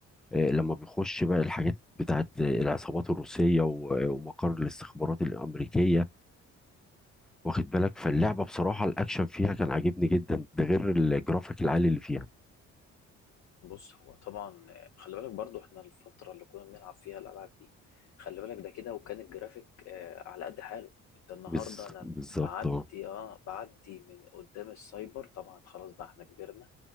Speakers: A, in the centre; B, on the left.
A: آه، لما بيخش بقى الحاجات بتاعت آه، العصابات الروسية و- ومقر الاستخبارات الأمريكية واخد بالك فاللعبة بصراحة الأكشن فيها كان عاجبني جدا ده غير الجرافيك العالي اللي فيها
B: بص هو طبعا آه، خلي بالك برضو احنا الفترة اللي كنا بنلعب فيها الألعاب دي خلي بالك ده كده وكان الجرافيك آه، على قد حاله انت النهاردة
A: بز...
B: انا
A: بالظبط
B: بعدي
A: اه
B: اه بعدي من قدام السايبر طبعا خلاص بقى احنا كبرنا